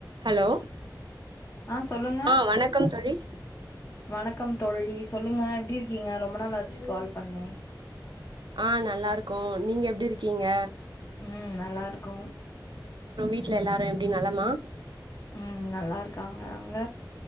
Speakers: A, on the right; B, on the left.
A: Hello
B: ஆ சொல்லுங்க
A: ஆ வணக்கம் தோழி
B: வணக்கம் தோழி சொல்லுங்க எப்டி இருக்கீங்க ரொம்ப நாளாச்சு கால் பண்ணி
A: ஆ நல்லாருக்கோ நீங்க எப்டி இருக்கீங்க
B: ம் நல்லாருக்கோ
A: அப்றோ வீட்டல எல்லாரு எப்டி நலமா
B: ம் நல்லாருக்காங்க அங்க